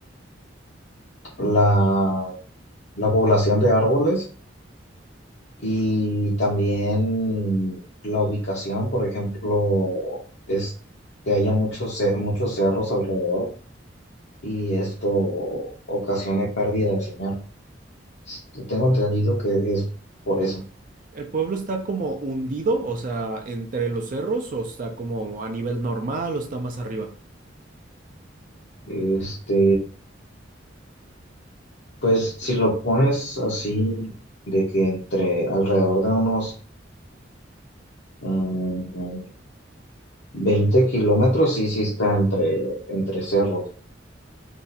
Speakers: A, on the left (about 65°); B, on the right (about 45°).
A: la, la población de árboles y también la ubicación, por ejemplo, es que haya muchos, ce- muchos cerros alrededor y esto ocasione pérdida de señal. Este, Tengo entendido que es por eso.
B: ¿El pueblo está como hundido, o sea, entre los cerros o está como a nivel normal o está más arriba?
A: Este, pues si lo pones así, de que entre alrededor de unos mm, 20 kilómetros, sí, sí está entre, entre cerros.